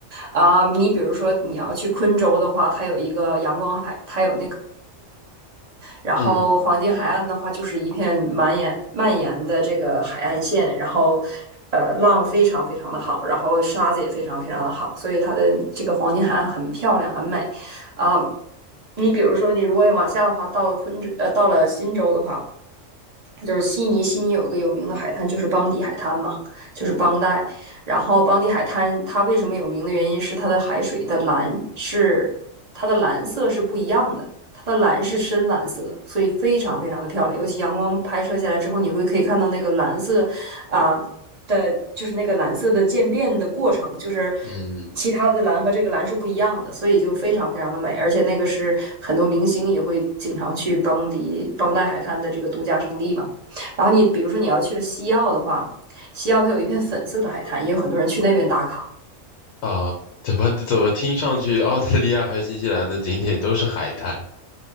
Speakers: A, on the right; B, on the left.
A: 啊、你比如说你要去昆州的话，它有一个阳光海，它有然后黄金海岸的话，
B: 嗯
A: 就是一片满延蔓延的这个海岸线，然后呃浪非常非常的好，然后沙子也非常非常的好，所以它的这个黄金海岸很漂亮，很美啊。你比如说，你如果往下的话，到了昆州，呃，到了新州的话，就是悉尼，悉尼有一个有名的海滩，就是邦迪海滩嘛，就是邦代。然后邦迪海滩它为什么有名的原因是它的海水的蓝是它的蓝色是不一样的，它的蓝是深蓝色，所以非常非常的漂亮。尤其阳光拍摄下来之后，你会可以看到那个蓝色啊、的，就是那个蓝色的渐变的过程，就是
B: 嗯
A: 其他的蓝和这个蓝是不一样的，所以就非常非常的美，而且那个是很多明星也会经常去邦迪邦代海滩的这个度假胜地嘛。然后你比如说你要去了西澳的话，西澳它有一片粉色的海滩，也有很多人去那边打卡。
B: 啊，怎么怎么听上去澳大利亚还有新西兰的景点都是海滩？